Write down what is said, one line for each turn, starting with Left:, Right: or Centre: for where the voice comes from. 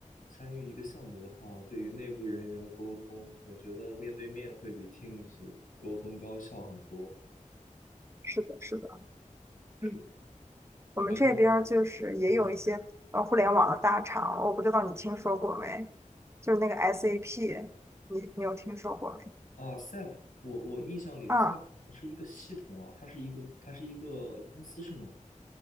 Left: 参与一个项目的话，对于内部人员的沟通，我觉得面对面会比 Teams 沟通高效很多。
Right: 是的，是的，
Left: 是的，
Right: 嗯，我们这边儿就是也有一些呃互联网的大厂，
Left: 然后，嗯，
Right: 我不知道你听说过没？就是那个 SAP，你你有听说过没？
Left: 啊，SAP，我我印象里
Right: 啊，
Left: SAP 好像是一个系统啊，它是一个它是一个公司是吗？